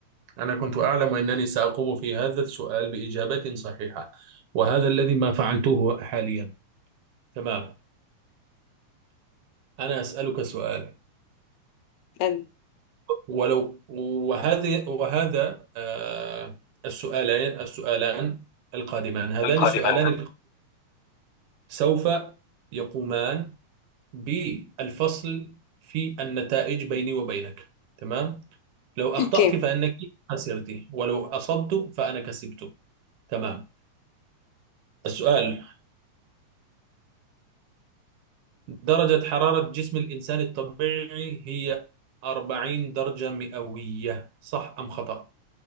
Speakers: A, on the right; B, on the left.
A: أنا كنت أعلم أنني سأقوم في هذا السؤال بإجابة صحيحة وهذا الذي ما فعلته حاليا تمام أنا أسألك سؤال
B: أنت
A: ولو وهذه وهذا آه السؤالين السؤالان القادمان هذان
B: القادمة
A: السؤالان سوف يقومان بالفصل في النتائج بيني وبينك تمام لو أخطأت
B: أوكي
A: فإنك خسرت ولو أصبت فأنا كسبت تمام السؤال درجة حرارة جسم الإنسان الطبيعي هي 40 درجة مئوية صح أم خطأ؟